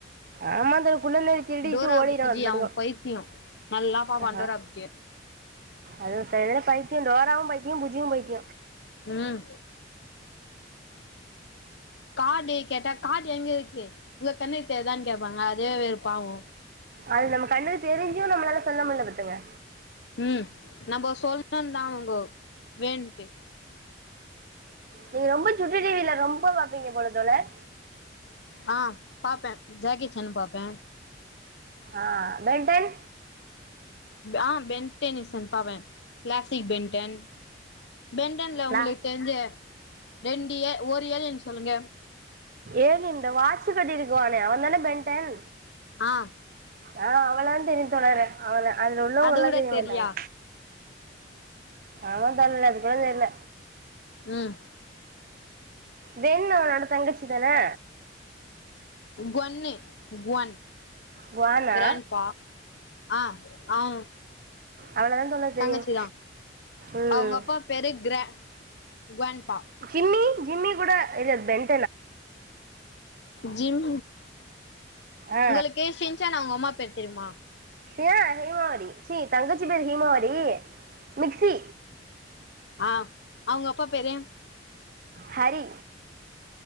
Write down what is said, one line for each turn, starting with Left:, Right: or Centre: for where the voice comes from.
Right: ஆமா அந்த குள்ள நரி திருடிட்டு
Left: டோரா
Right: ஓடிரு
Left: புஜ்ஜி
Right: அது பாட்டுக்கு
Left: அவ பைத்தியோ நல்லா பாப்பா
Right: அஹ்
Left: டோரா புஜ்ஜிய
Right: அது சரியான பைத்திய டோராவு பைத்திய புஜ்ஜியு பைத்திய
Left: ம் காடு கேட்டா காடு எங்க இருக்கு உங்க கண்ணுக்கு தெரிதானு கேப்பாங்க அதே வெறுப்பாவு
Right: அது நம்ம கண்ணுக்கு தெரிஞ்சு நம்மளால சொல்ல முடில பாத்துக்குங்க
Left: உம் நம்ம சொல்ணும்தா அவுங்க வேன்ட்டு
Right: நீங்க ரொம்ப சுட்டி டிவில ரொம்ப பாப்பீங்க போல தோழர்
Left: ஆ பாப்பே ஜாக்கி ஜானு பாப்பே
Right: ஆ பெண்டன்
Left: ஆ பென்டனிசன் பாவே கிளாசிக் பென்டன் பெண்டன்ல
Right: பிளாஸ்ட்
Left: உங்குளுக்கு தெரிஞ்ச ரெண்டு ஏ ஒரு ஏலியன் சொல்லுங்க
Right: ஏன் இந்த வாச்சு கட்டி இருக்குவானே அவன் தானே பென்டன்
Left: ஆ
Right: ஆ அவளான் தெரிது தோழறே அவ தா அதுல உள்ளவங்க
Left: அது
Right: எல்லாம்
Left: கூட
Right: செய்ய
Left: தெர்லியா
Right: மாட்டாங்க ஆமா தோழர் அது கூட தெரில
Left: உம்
Right: வெண் அவனோட தங்கச்சி தானே
Left: கொன்னு க்வன்
Right: குவானா
Left: கிராண்ட் பா அ அவ
Right: அவளதான் தோழர்
Left: தங்கச்சி
Right: தெரியும்
Left: தா
Right: ம்
Left: அவுங்க அப்பா பேரு கிரா உவன்பா
Right: ஜிம்மி ஜிம்மி கூட இல்ல பென்
Left: ஜிம்
Right: ஆ
Left: உங்களுக்கு ஷின்சேன அவுங்க அம்மா பேர் தெரியுமா
Right: ஆ ஹீமாவரி சீ தங்கச்சி பேரு ஹீமாவரி மிக்சி
Left: ஆ அவுங்க அப்பா பேரு
Right: ஹரி